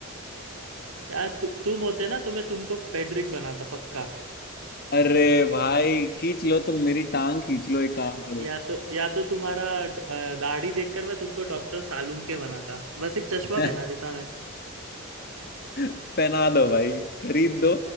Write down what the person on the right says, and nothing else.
यार तु, तुम होते ना तो मैं तुमको फेडरिक बनाता पक्का
या तो या तो तुम्हारा ड- अ, दाढ़ी देखकर मैं तुमको डॉक्टर सालूम के बनाता बस एक चश्मा
पहना देता मैं